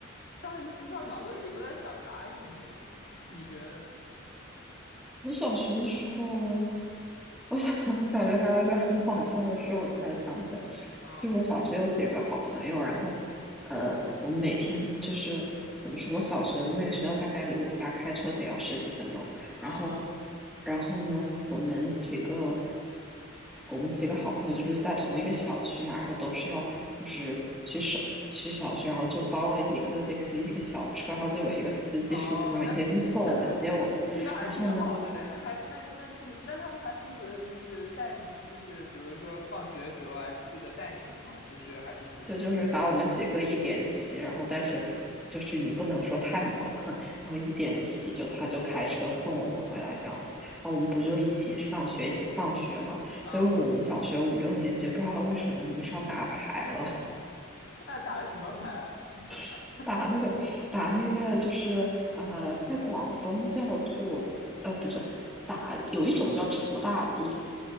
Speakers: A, on the left (about 60°); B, in the centre.
A: 当时不知道脑子里都在想啥，一天天的。你觉得呢？
B: 我小学的时候。我小 <laughs> 我小学还有一个很好笑的事，我突然想起来，
A: 嗯
B: 就我小学有几个好朋友，然后，呃，我们每天就是怎么说，我小学的那个学校大概离我家开车得要十几分钟，
A: 嗯嗯，
B: 然后，然后呢，我们几个我们几个好朋友就是在同一个小区嘛，然后都是要就是去小去小学，然后就包了一个类似于一个小车，然后就有一个司机叔叔每天就送我们接我们，
A: 哦，那那 <laughs> 那还挺好的嘞，
B: 然后呢。
A: 那还那那他们那他们还负责就是带你，就是比如说放学的时候还记得带你们吗？就是还是只只见
B: 对，就是把我们几个一点齐，然后但是就是你不能说太磨蹭，然后一点齐就他就开车送我们回来这样子，然后我们不就一起上学一起放学嘛？
A: 啊，
B: 结果我们小学五六年级不知道为什么迷上打牌了，
A: 那打了什么牌？扑克牌？
B: <laughs> 打那个打那个就是呃，在广东叫做呃不是打有一种叫锄大地，